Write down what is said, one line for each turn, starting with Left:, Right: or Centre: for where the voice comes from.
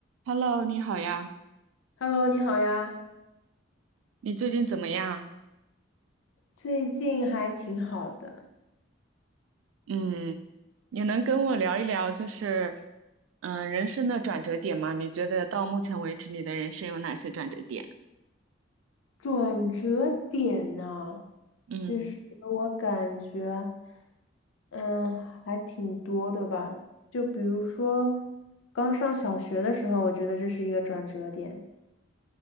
Right: Hello，你好呀，
Left: Hello，你好呀，
Right: 你最近怎么样？
Left: 最近还挺好的，
Right: 嗯，你能跟我聊一聊，就是，嗯，人生的转折点吗？你觉得到目前为止，你的人生有哪些转折点？
Left: 转折点呢，其实我感觉，
Right: 嗯
Left: 嗯，还挺多的吧。就比如说，刚上小学的时候，我觉得这是一个转折点。